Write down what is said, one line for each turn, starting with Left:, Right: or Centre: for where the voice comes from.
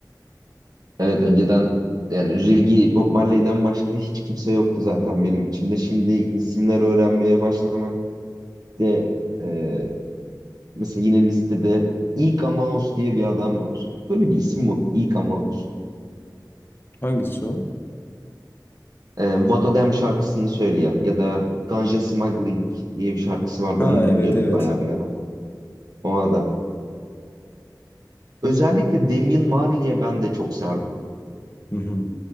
Right: Evet önceden yani Reggie Bob Marley'den başka hiç kimse yoktu zaten benim içinde. Şimdi isimler öğrenmeye başlamak de e, mesela yine listede Ika Mouse diye bir adam var. Böyle bir isim mi olur? Ika Mouse.
Left: Hangisi o?
Right: E, Vado Dem şarkısını söyleyen ya da Ganja Smuggling diye bir şarkısı vardı.
Left: Ha
Right: Onu dinliyorduk
Left: evet evet.
Right: bayağı bir ara. O adam. Özellikle Damian Marley'e ben de çok sardım.
Left: Hı hı.